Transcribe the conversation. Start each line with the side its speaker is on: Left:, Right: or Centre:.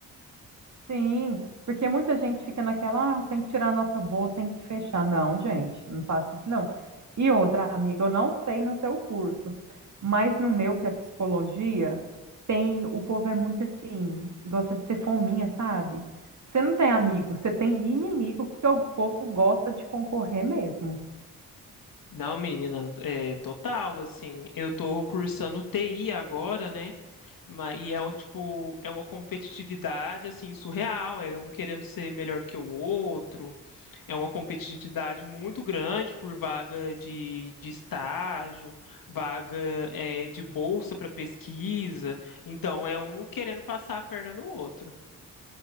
Right: Sim, porque muita gente fica naquela, ah, tem que tirar nota boa, tem que fechar. Não, gente, não faço isso, não. E outra, amiga, eu não sei no seu curso, mas no meu, que é psicologia, tem, o povo é muito assim, gosta de ser fominha, sabe? Você não tem amigo, você tem inimigo, porque o povo gosta de concorrer mesmo.
Left: Não, menina, é total, assim. Eu tô cursando TI agora, né? Mas, e é um, tipo, é uma competitividade, assim, surreal. É um querendo ser melhor que o outro. É uma competitividade muito grande por vaga de, de estágio, vaga, é, de bolsa para pesquisa. Então, é um querendo passar a perna no outro.